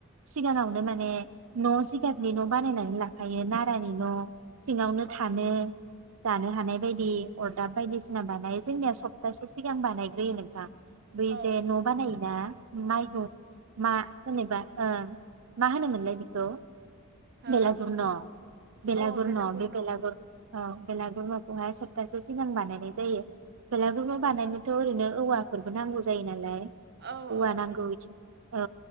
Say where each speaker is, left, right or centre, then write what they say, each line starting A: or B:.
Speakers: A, on the right (about 80°); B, on the right (about 50°).
A: सिगाङावनो माने न जिगाबनि न बानायनानै लाखायो नारानि न सिङावनो
B: औ
A: थानो जानो हानाय बायदि अरद दाबायदिसिना बानायो जोंनिया सप्तासे सिगां बानायग्रोयोमोना। बै
B: औ
A: जे न बानायोना माइखौ मा जेनेबा ओं मा होनोमोनलाय बिखौ?
B: हो
A: बेलागुर न बेलागर
B: औ बेलागुर
A: न बे बेलागुर
B: औ
A: ओ बेलागुर नखौ हाय स्पतासे <unintelligible> सिगां बानायनाय जायो बेलागुर न बानायनोथ ओरैनो औवाफोरबो नांगौ जायो नालाय औवा
B: औ
A: नांगौ इथिं। औ